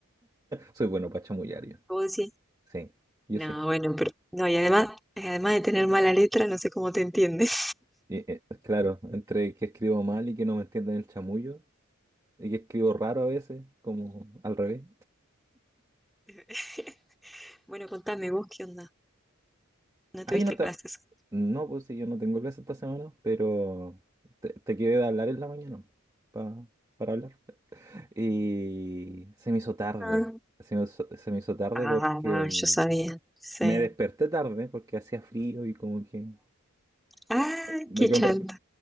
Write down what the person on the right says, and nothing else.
Soy bueno para chamullar yo.
Sí, yo
sí.
Y, eh, claro, entre que escribo mal y que no me entienden el chamullo. y que escribo raro a veces, como al revés.
Ay,
no está.
No, pues sí, yo no tengo clase esta semana, pero te, te quedé de hablar en la mañana pa- para hablar. Y se me hizo tarde.
Se me, hizo- se me hizo tarde
porque
me desperté tarde porque hacía frío y como que
me
quedé
un rato.